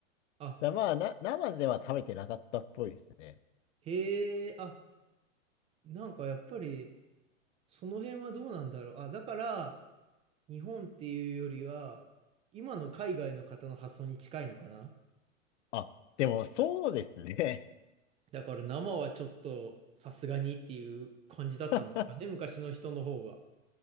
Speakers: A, on the right; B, on the left.
A: あ、
B: だまあな、生では食べてなかったっぽいですね。
A: へえ、あ、なんかやっぱり、その辺はどうなんだろう。あ、だから、日本っていうよりは、今の海外の方の発想に近いのかな
B: あ、でもそうですね。
A: だから生はちょっと、さすがにっていう感じだったんですかね、
B: <laughs>
A: 昔の人の方が。